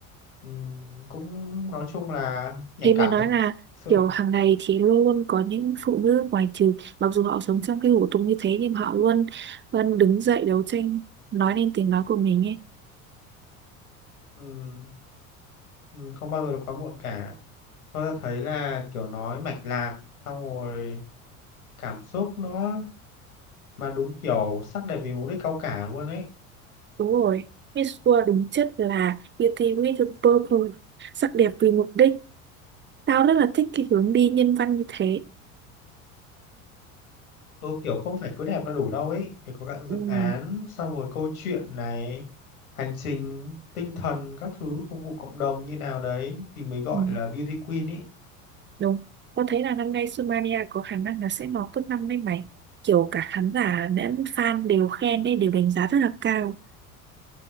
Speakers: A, on the left; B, on the right.
A: ừm, cũng nói chung là nhạy
B: thế
A: cảm
B: mới nói
A: thật
B: là
A: sự
B: kiểu hàng ngày thì luôn luôn có những phụ nữ ngoài trừ mặc dù họ sống trong cái hủ tục như thế nhưng họ luôn vẫn đứng dậy đấu tranh nói lên tiếng nói của mình ấy
A: Ừm, ừm, không bao giờ là quá muộn cả thôi ta thấy là kiểu nói mạch lạc xong rồi cảm xúc nữa mà đúng kiểu sắc đẹp vì mục đích cao cả luôn ấy
B: Đúng rồi, Miss World đúng chất là Beauty with a Purpose, sắc đẹp vì mục đích. Tao rất là thích cái hướng đi nhân văn như thế.
A: ừ, kiểu không phải cứ đẹp là đủ đâu ấy phải có cả dự
B: Ừ,
A: án xong rồi câu chuyện này hành trình tinh thần các thứ phục vụ cộng đồng như nào đấy thì mới gọi
B: ừ,
A: là beauty queen ý
B: đúng. Tao thấy là năm nay Sumania có khả năng là sẽ lọt top năm đấy mày. Kiểu cả khán giả lẫn fan đều khen đấy, đều đánh giá rất là cao.